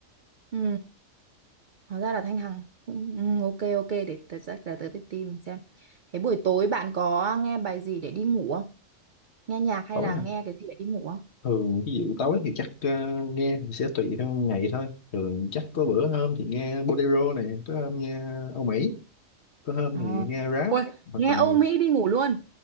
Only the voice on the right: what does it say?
Ừ, hóa ra là Thanh Hằng. Ừ, ừ, ok ok để tớ chắc là tớ phải tìm xem. Thế buổi tối bạn có nghe bài gì để đi ngủ không? nghe nhạc hay
là
nghe cái gì để đi ngủ không
Ờ.
ôi
nghe
Âu Mỹ đi ngủ luôn